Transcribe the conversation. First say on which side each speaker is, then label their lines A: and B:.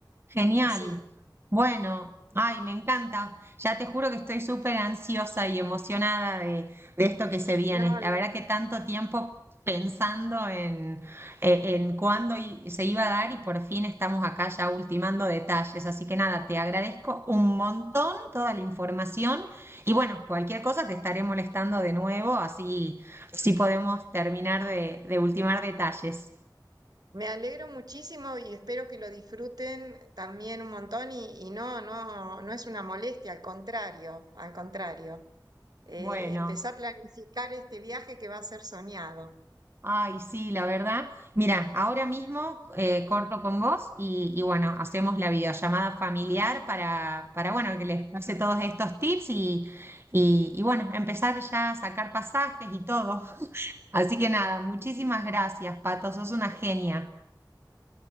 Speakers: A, on the right; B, on the right.
A: Genial.
B: así.
A: Bueno, ay, me encanta. Ya te juro que estoy súper ansiosa y emocionada de, de esto que se viene.
B: No, lo-
A: La verdad que tanto tiempo pensando en, e- en cuándo i- se iba a dar y por fin estamos acá ya ultimando detalles. Así que nada, te agradezco un montón toda la información y bueno, cualquier cosa te estaré molestando de nuevo, así, así podemos terminar de de ultimar detalles.
B: me alegro muchísimo y espero que lo disfruten también un montón y, y no, no, no es una molestia, al contrario, al contrario. Eh,
A: Bueno.
B: empezá a planificar este viaje que va a ser soñado.
A: Ay, sí, la verdad. Mira, ahora mismo eh, corto con vos y, y bueno, hacemos la videollamada familiar para, para bueno, que les pase todos estos tips y, y, y bueno, empezar ya a sacar pasajes y todo. <laughs> Así que nada, muchísimas gracias, Pato, sos una genia.